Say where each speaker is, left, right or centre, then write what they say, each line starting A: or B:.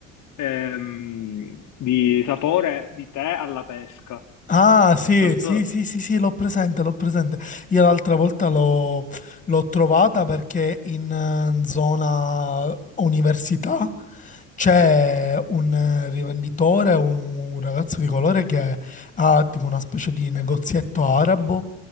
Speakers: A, on the left; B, on the left.
A: ehm, di sapore di tè alla pesca.
B: Ah, sì,
A: Non so,
B: sì, sì, sì, sì, l'ho presente, l'ho presente. Io l'altra volta l'ho l'ho trovata perché in eh, zona università c'è un eh, rivenditore, un ragazzo di colore che ha tipo una specie di negozietto arabo